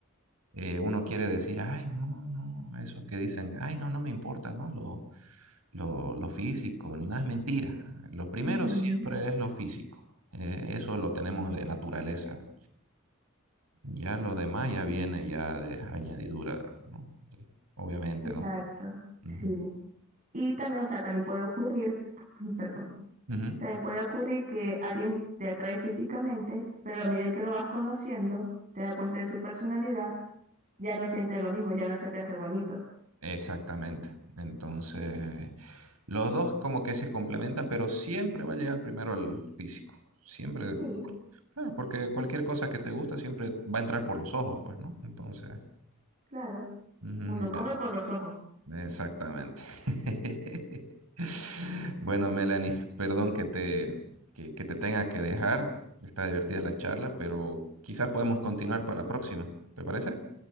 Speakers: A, on the right; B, on the right.
A: eh, uno quiere decir, ay, no, no, esos que dicen, ay, no, no me importa, ¿no? Lo, lo, lo físico, ni nada, es mentira. Lo primero
B: Ujú,
A: siempre es lo físico. Eh, eso lo tenemos de naturaleza. Ya lo demás ya viene ya de añadidura, ¿no? Obviamente,
B: Exacto.
A: ¿no? Ujú.
B: Sí. Y también, o sea, también puede ocurrir, <clears throat> perdón,
A: Ujú.
B: también puede ocurrir que alguien te atrae físicamente, pero a medida que lo vas conociendo, te das cuenta de su personalidad, ya no sientes lo mismo, ya no se te hace bonito.
A: Exactamente. Entonces, los dos como que se complementan, pero siempre va a llegar primero el físico. Siempre,
B: Sí,
A: claro, porque cualquier cosa que te gusta siempre va a entrar por los ojos, pues, ¿no? Entonces,
B: claro.
A: Ujú,
B: Uno
A: ya,
B: come por los ojos.
A: Exactamente. <laughs> Bueno, Melanie, perdón que te, que, que te tenga que dejar. Está divertida la charla, pero quizás podemos continuar para la próxima. ¿Te parece?